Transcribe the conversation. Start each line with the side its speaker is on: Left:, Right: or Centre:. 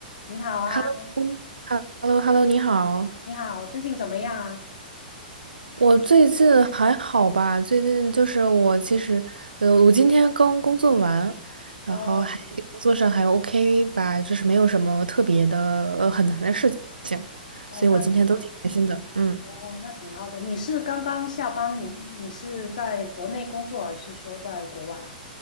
Left: 你好啊，
Right: h e l l o h e l l o h e l l o 你好。
Left: 你好，最近怎么样啊？
Right: 我最近还好吧？最近就是我其实，呃，我今天刚工作完，然后还工作上还
Left: 哦，
Right: OK 吧，就是没有什么特别的，呃，很难的事情，
Left: 哦，
Right: 所以我今天都挺开心的。
Left: 那挺好的，
Right: 嗯，
Left: 哦，那挺好的。你是刚刚下班，你你是在国内工作还是说在国外啊？